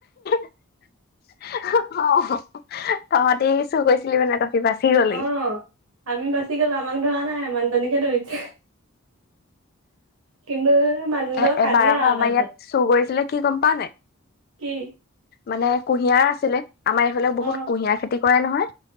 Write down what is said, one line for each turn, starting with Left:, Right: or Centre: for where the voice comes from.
Left: অ <inaudible> তহঁতি চুৰ কৈছিলি মানে তহঁটি বাচি গ'লি।
Right: অ আমি বাছি গলো আমাক ধৱা নাই মানুহজনীকে ধৈছে। কিন্তু মানুহজন
Left: এ
Right: কাজিয়া
Left: এবাৰ আকৌ
Right: আও
Left: আমাৰ
Right: তাৰ
Left: ইয়াত
Right: পাছত।
Left: চুৰ কৰিছিলে কি গম পাৱ নাই
Right: কি?
Left: মানে কুঁহিয়াৰ আছিলে আমাৰ এইফালে বহুত
Right: অ
Left: কুঁহিয়াৰ খেতি কৰে নহয়,